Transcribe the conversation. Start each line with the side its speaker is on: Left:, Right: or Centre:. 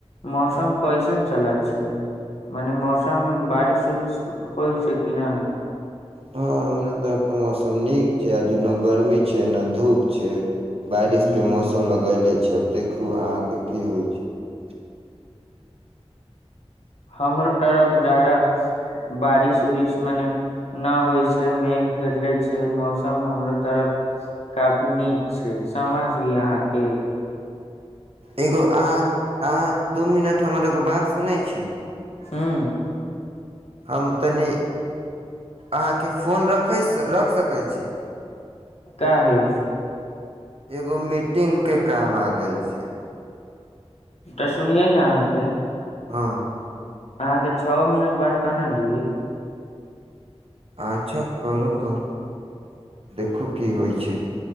Left: मौसम कैसन चलैत छैक मने मौसम बारिश उरिश होइत छैक कि न
Right: हँ हमरा तरफ तऽ मौसम नीक छै आज नए गर्मी छैक न धूप छैक बारिश
Left: हूँ
Right: केँ मौसम लगैेले जब दे <unintelligible> कहू अहाकें की होइत छैक
Left: हमरो तरफ जादा बारिश उरिश मने न होइत छैक मेघ घेरले छै मौसम हमरो तरफ काफी नीक छै समझि अहाकेँ
Right: एगो अहा अहा दू मिनट त हम्मर एगो बात सुनैत छी
Left: ह्म
Right: हम तनी अहाँके फोन रख सकैत छी
Left: काहे
Right: एगो मीटिंग केँ काम आ गेल छैक
Left: त सुनियै ने अहा केँ
Right: हँ <unintelligible>
Left: अहाँके छओ मिनट बात कना की
Right: अच्छा करू करू देखू की होइत छैक